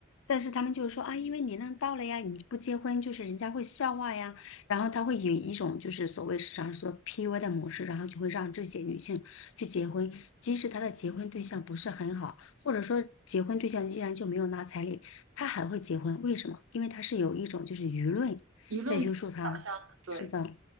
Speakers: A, on the left (about 65°); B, on the right (about 70°).
A: 但是他们就是说啊，因为年龄到了呀，你不结婚就是人家会笑话呀，然后他会以一种就是所谓市场上说 PUA 的模式，然后就会让这些女性去结婚，即使她的结婚对象不是很好，或者说结婚对象依然就没有拿彩礼，她还会结婚，为什么？因为她是有一种就是舆论在约束她。
B: 一论导向的，对。
A: 是的，